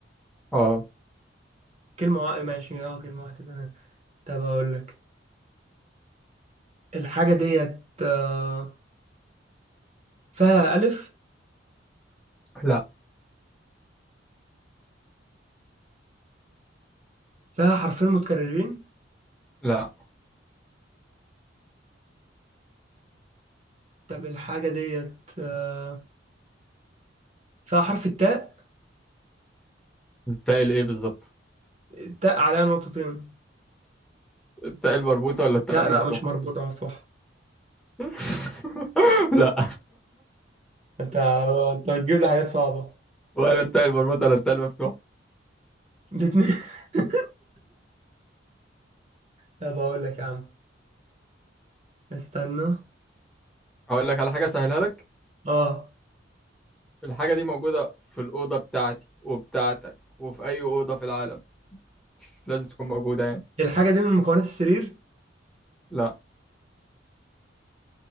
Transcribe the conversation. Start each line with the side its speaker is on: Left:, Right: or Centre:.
Centre: اه
Right: كلمة واحدة ماشي اه كلمة واحدة تمام طب أقول لك الحاجة ديت آه، فيها ألف
Centre: لا
Right: فيها حرفين متكررين
Centre: لا
Right: طب الحاجة ديت آه، فيها حرف التاء
Centre: التاء الإيه بالظبط
Right: التاء عليها نقطتين
Centre: التاء المربوطة ولا التاء
Right: لا
Centre: المفتوحة
Right: لا مش مربوطة مفتوحة
Centre: <laughs> لا
Right: أنت أنت بتجيب لي حاجات صعبة
Centre: ولا التاء المربوطة ولا التاء المفتوحة
Right: الاتنين <laughs> طب أقول لك يا عم استنى
Centre: أقول لك على حاجة سهلها لك
Right: أه
Centre: الحاجة دي موجودة في الأوضة بتاعتي وبتاعتك وفي أي أوضة في العالم لازم تكون موجودة يعني
Right: الحاجة دي من مكونات السرير
Centre: لا